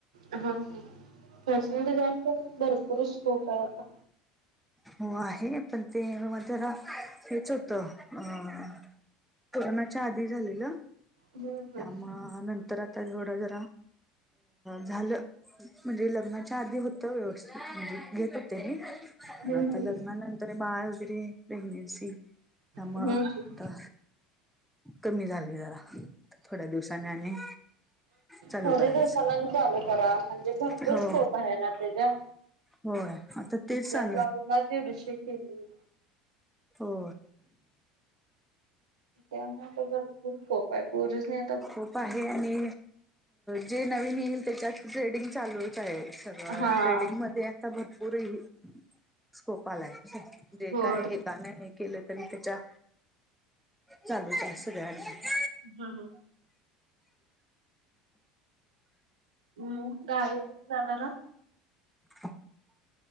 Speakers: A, on the right (about 85°); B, in the centre.
A: हा ह फॅशन डिझाईन पण भरपूर स्कोप आहे आता.
B: हो आहे पण ते म जरा हेच होतं अ कोरोनाच्या आधी झालेलं
A: हम्म हम्म
B: त्यामुंळ नंतर आता थोडं जरा झालं म्हणजे लग्नाच्या आधी होय व्यवस्थित म्हणजे घेत हो ते मी
A: हम्म
B: आता
A: हम्म
B: लग् म नंतर बाळ वगैरे प्रेग्नेनसी त्यामुळे
A: हम्म हम्म
B: आता कमी झाले जरा थोड्या दिवसाने आणि चालू
A: थोडे
B: करायचं
A: दिवसाला चालू करा म्हणजे भरपूर
B: हो
A: स्कोप आहे ना त्याच्यात.
B: होय आता ते चाल
A: ब्लाऊजला दिडशे केली.
B: हो
A: त्यामुळे तर भरपूर स्कोप आहे पूरीसनी
B: खूप आहे आणि जे नवीन येईल त्याच्यात ट्रेडिंग चालूच आहे सगळं
A: हा
B: ट्रेडिंग म ते आता भरपूर ह स्कोप आलाय जे
A: होय
B: काय त्या नाही काय केलं तरी त्याच्या चालूच आहे सगळ्यांच.
A: हा हा. हम् गावी कधी जाणारा?
B: <inaudible>